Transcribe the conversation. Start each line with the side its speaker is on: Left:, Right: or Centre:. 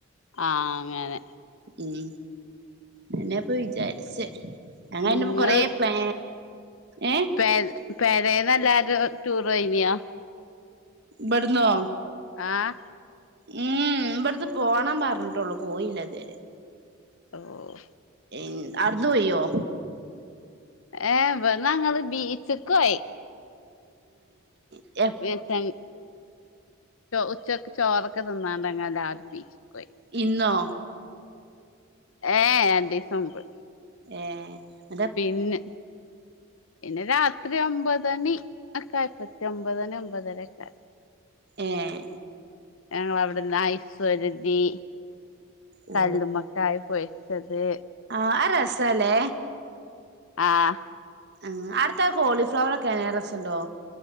Left: ആഹ് അങ്ങനെ.
Right: ഉം അയേന്നെപ്പൊ വിചാര്ച്ച് <unintelligible>
Left: ഇങ്ങള്
Right: കൊറേ പ്ലാ ഏഹ്?
Left: പേ പേരേന്ന് എല്ലാരും ടൂറ് പൊയ്നിയോ?
Right: ബട്ന്നോ?
Left: ആഹ്.
Right: ഉം ഇബട്ന്ന് പോണം പർഞ്ട്ടോള്ളൂ പോയില്ല ഇതുവരേ.
Left: ഓഹ്.
Right: ഇൻ അർദു പോയോ?
Left: ഏഹ് ബട്ന്നങ്ങള് ബീച്ച്ക്കോയി.
Right: ഏഹ്.
Left: <unintelligible> ച്ചോ ഉച്ചക്ക് ചോറൊക്ക ത് ന്നാണ്ട്ങ്ങല്ലാരും ബീച്ച്കൊയി.
Right: ഇന്നോ?
Left: ഏഹ് രണ്ടീസം മുമ്പ്.
Right: ഏഹ്.
Left: പിന്നെ? പിന്നെ രാത്രി ഒമ്പതണി ഒക്കെ ആയപ്പത്ത് ഒമ്പതണി ഒമ്പതരൊക്കെ ആ
Right: ഏഹ്.
Left: ഞങ്ങളവ്ട്ന്ന് ഐസ്‌ ഒരതീ
Right: ഓ
Left: കല്ലുമ്മക്കായ പൊര്ച്ചത്
Right: ആഹ് അഅ്‌ രസാല്ലേ?
Left: ആഹ്.
Right: ആഹ് ആട്തെ കോളീഫ്ലവറക്കെങ്ങനേ രസണ്ടോ?